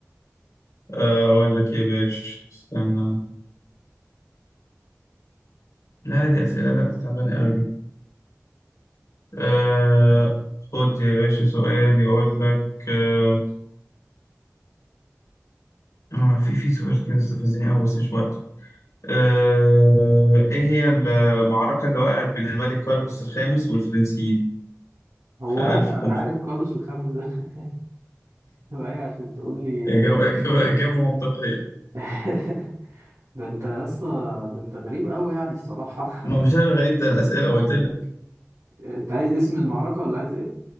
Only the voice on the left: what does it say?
آه، أقول لك يا باشا استنى لا لا دي أسئلة لا دي تعبانة أوي دي أه خد يا باشا سؤال يقول لك أه آه، في في سؤال كده استفزني أوي بس مش وقته أه إيه هي المعركة اللي وقعت بين الملك كارلوس الخامس والفرنسيين
في 1500
إجابة
إجابة إجابة منطقية
ما مش أنا الغريب ده الأسئلة قلت لك